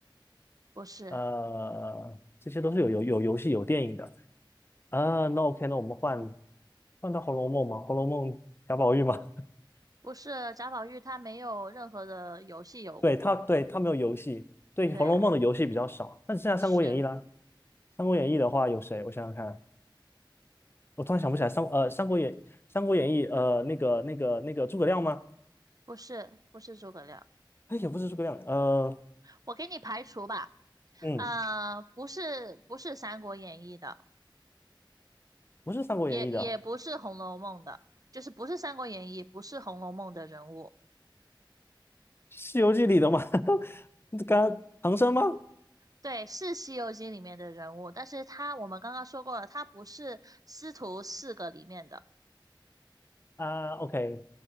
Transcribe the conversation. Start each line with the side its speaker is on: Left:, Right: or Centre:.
Right: 不是。
Left: 呃，这些都是有有有游戏有电影的啊。那 OK，那我们换换到《红楼梦》嘛，《红楼梦》贾宝玉嘛，<laughs>
Right: 不是贾宝玉，他没有任何的游戏有，
Left: 对他对他没有游戏，对《红楼梦》的游戏比较少，
Right: 对啊，
Left: 那只剩下《三国演义》啦。
Right: 是
Left: 《三国演义》的话有谁？我想想看，我突然想不起来三呃《三国演三国演义》呃那个那个那个诸葛亮吗？
Right: 不是不是诸葛亮？
Left: 哎，也不是诸葛亮，呃
Right: 我给你排除吧，
Left: 嗯，
Right: 呃，不是不是《三国演义》的，
Left: 不是《三国演义》的，
Right: 也也不是《红楼梦》的，就是不是《三国演义》，不是《红楼梦》的人物，
Left: 《西游记》里的嘛，<laughs> 刚唐僧吗？
Right: 对，是《西游记》里面的人物，但是他我们刚刚说过了，他不是师徒四个里面的，
Left: 啊，OK，